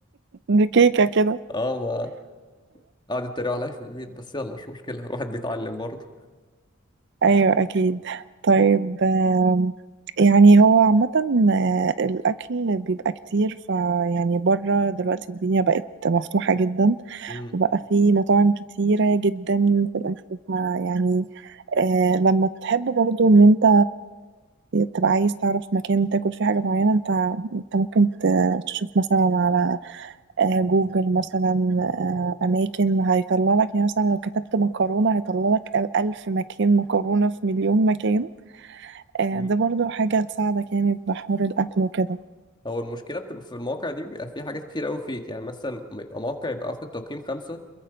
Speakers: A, on the right; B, on the left.
A: دي كيكة كده
B: <laughs> اه ما قعدوا يتريقوا عليا في البيت بس يلا مش مشكلة الواحد بيتعلم برضه
A: ايوه اكيد طيب آم، يعني هو عامة آه، الأكل بيبقى كتير فيعني بره دلوقتي الدنيا بقت مفتوحة جدا
B: امم
A: وبقى في مطاعم كتيرة جدا في الأكل فيعني آه لما تحب برضو إن أنت تبقى عايز تعرف مكان تاكل فيه حاجة معينة أنت أنت ممكن ت- تشوف مثلا على آه، جوجل مثلا آه، أماكن هيطلع لك يعني مثلا لو كتبت مكرونة هيطلع لك ألف مكان مكرونة في مليون مكان آه،
B: مم.
A: ده برضو حاجة تساعدك يعني في حوار الأكل وكده
B: هو المشكلة بتبقى في المواقع دي بيبقى فيه حاجات كتير قوي فيك يعني مثلا ما يبقى موقع يبقى واخد تقييم خمسة